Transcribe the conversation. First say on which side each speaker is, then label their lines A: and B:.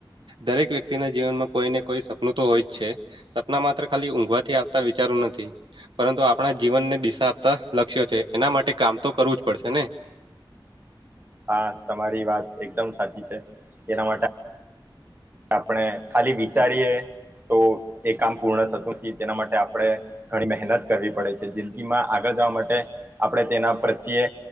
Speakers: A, on the right (about 65°); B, on the right (about 25°).
A: દરેક વ્યક્તિના જીવનમાં કોઈ ને કોઈ સપનું તો હોય જ છે સપના માત્ર ખાલી ઊંઘવાથી આપતા વિચારો નથી પરંતુ આપણા જીવનને દિશા આપતા લક્ષ્યો છે એના માટે કામ તો કરવું જ પડશે ને
B: હા તમારી વાત એકદમ સાચી છે એના માટે આપણે ખાલી વિચારીએ તો એ કામ પૂર્ણ થતું નથી તેના માટે આપણે ઘણી મહેનત કરવી પડે છે જિંદગીમાં આગળ જવા માટે આપણે તેના પ્રત્યે